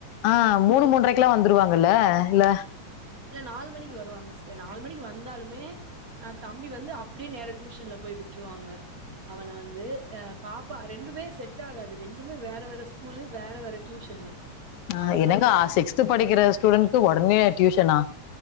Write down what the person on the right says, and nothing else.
இல்ல நாலு மணிக்கு வருவாங்க சிஸ்டர் நாலு மணிக்கு வந்தாலுமே அ தம்பி வந்து அப்டியே நேரா டியூஷன்ல போய் விட்ருவாங்க அவன வந்து அ பாப்பா ரெண்டுமே செட் ஆகாது ரெண்டுமே வேற வேற ஸ்கூலு வேற வேற டியூஷனு
அவரு
தான் பாவம்.